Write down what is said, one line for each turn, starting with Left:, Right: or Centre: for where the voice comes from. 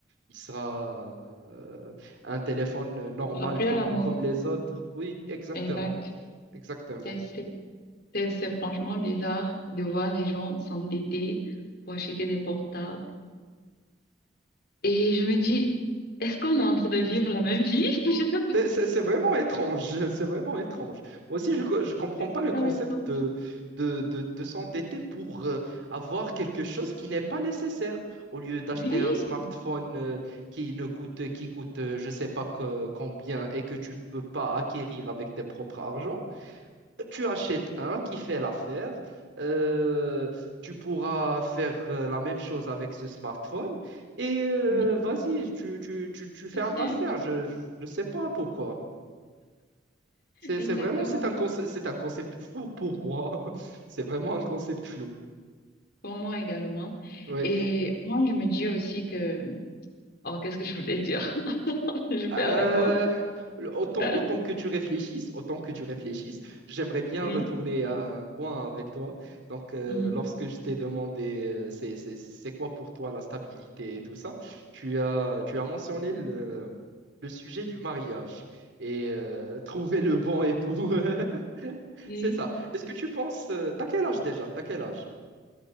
Right: il sera euh, un téléphone normal
Left: Il sera plus
Right: comme,
Left: à la mode.
Right: comme les autres. Oui, exactement,
Left: Exact.
Right: exactement.
Left: C'est c'est- c'est- c'est franchement bizarre de voir les gens s'endetter pour acheter des portables. Et je me dis, est-ce qu'on est en train de vivre la même vie? <laughs> Je sais pas.
Right: C'est c'est- c'est vraiment étrange, <laughs> c'est vraiment étrange. Moi aussi, je ne comprends
Left: C'est
Right: pas
Left: super
Right: le concept
Left: étrange.
Right: de, de, de, de s'endetter pour euh, avoir quelque chose qui n'est pas nécessaire. Au lieu d'acheter
Left: Oui,
Right: un smartphone euh, qui ne coûte, qui coûte euh, je ne sais pas que- combien et que tu peux pas acquérir avec tes propres argent, tu achètes un qui fait l'affaire. Euh, tu pourras faire euh, la même chose avec ce smartphone et euh,
Left: oui,
Right: vas-y, tu, tu, tu, tu fermes
Left: c'est simple.
Right: l'affaire. Je ne sais pas pourquoi. C'est
Left: Exactement.
Right: c'est vraiment c'est un concept c'est un concept flou pour moi. <laughs> C'est vraiment un concept flou.
Left: Pour moi également.
Right: Ouais.
Left: Et moi, je me dis aussi que... Oh, qu'est-ce que je voulais dire? <laughs> Je perds
Right: Euh,
Left: les mots.
Right: le- autant
Left: <laughs>
Right: autant que tu réfléchisses, autant que tu réfléchisses, j'aimerais bien
Left: Oui.
Right: retourner à un point avec toi. Donc euh,
Left: Mhm.
Right: lorsque je t'ai demandé euh, c'est c'est c'est quoi pour toi la stabilité et tout ça, tu as tu as mentionné le le sujet du mariage et euh, trouver le bon époux. <laughs>
Left: Oui.
Right: C'est ça. Est-ce que tu penses euh, t'as quel âge déjà? T'as quel âge?